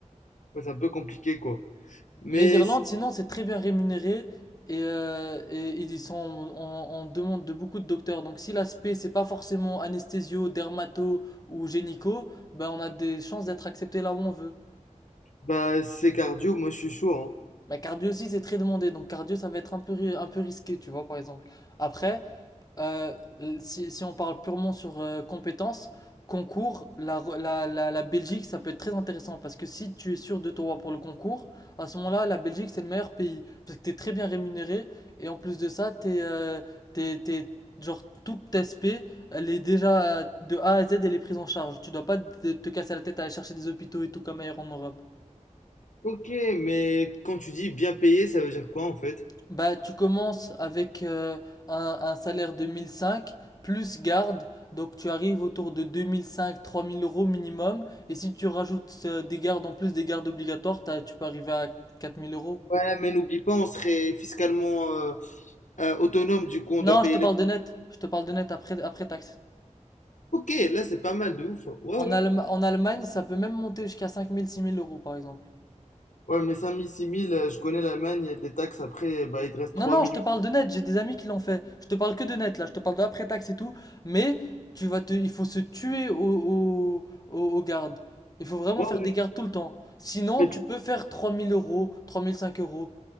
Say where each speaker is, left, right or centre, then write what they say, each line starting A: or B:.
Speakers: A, on the left (about 70°); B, on the left (about 30°).
A: ouais, c'est un peu compliqué, quoi. Mais
B: Mais l'Irlande,
A: si-
B: sinon, c'est très bien rémunéré et, euh, et ils sont en, en- en demande de beaucoup de docteurs. Donc, si l'aspect, c'est pas forcément anesthésio, dermato ou génico, ben, on a des chances d'être accepté là où on veut.
A: bah si c'est cardio, moi je suis chaud, hein.
B: Mais cardio aussi, c'est très demandé. Donc, cardio, ça va être un peu, ri- un peu risqué, tu vois, par exemple. Après, Euh, euh, si, si on parle purement sur euh, compétences, concours, la, la, la, la Belgique, ça peut être très intéressant parce que si tu es sûr de toi pour le concours, à ce moment-là, la Belgique, c'est le meilleur pays parce que t'es très bien rémunéré et en plus de ça, t'es, euh, t'es, t'es, genre, toute ta SP, elle est déjà euh, de A à Z, elle est prise en charge. Tu dois pas te, te casser la tête à aller chercher des hôpitaux et tout comme ailleurs en Europe.
A: Ok, mais quand tu dis bien payé, ça veut dire quoi en fait?
B: Bah, tu commences avec euh, un, un salaire de 1005 plus garde, donc tu arrives autour de deux mille cinq trois mille euros minimum. Et si tu rajoutes euh, des gardes en plus des gardes obligatoires, t'as- tu peux arriver à 4000 euros.
A: Ouais, mais n'oublie pas, on serait fiscalement, euh, euh, autonome, du coup, on
B: Non,
A: doit payer
B: je te parle
A: les...
B: de net. Je te parle de net après, après taxe.
A: Ok, là, c'est pas mal de ouf. Ouais,
B: En
A: ouais.
B: Allem- en Allemagne, ça peut même monter jusqu'à cinq mille six mille euros par exemple.
A: Ouais, mais 5000, 6000, euh, je connais l'Allemagne, les taxes, après, bah, il te reste
B: Non,
A: 3000.
B: non, je te parle de net, j'ai des amis qui l'ont fait. Je te parle que de net, là, je te parle de après-taxe et tout. Mais tu vas te, il faut se tuer au, au, au- aux gardes. Il faut vraiment
A: Ouais,
B: faire
A: ouais.
B: des gardes tout le temps. Sinon,
A: Mais,
B: tu peux faire 3000 euros, trois mille cinq euros.